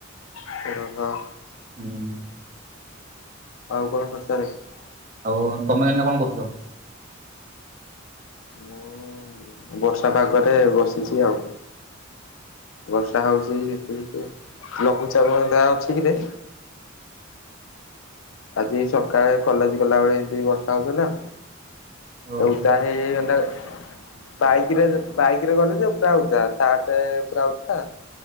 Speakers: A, on the left; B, on the right.
A: <unintelligible>
B: ଉଁ ହୁଁ।
A: <unintelligible>
B: ଆଉ ତୋମେ ଏଇନା କଣ କରୁଛ?
A: ମୋ ମୁଁ ବର୍ଷା ପାଗରେ ବସିଛି ଆଉ। ବର୍ଷା ହଉଛି ଝିପି ଝିପି ଲଘୁଚାପ ହେନ୍ତା ଅଛି କି ରେ? ଆଜି ସକାଳେ କଲେଜ ଗଲାବେଳେ ଏମିତି ବର୍ଷା ହଉଥିଲା।
B: ଓହୋ
A: ଓଦା ହେଇ ହେଇ ବାଇକିରେ ଯେ ବାଇକିରେ ଗଲେ ଯେ ପୁରା ଓଦା ସାର୍ଟ ପୁରା ଉଦା